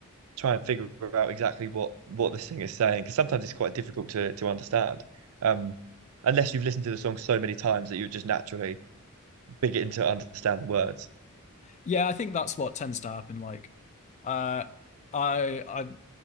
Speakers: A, on the right; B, on the left.
A: try and figure out exactly what what this thing is saying because sometimes it's quite difficult to to understand um unless you've listened to the song so many times that you just naturally begin to understand the words
B: Yeah, I think that's what tends to happen. Like uh I I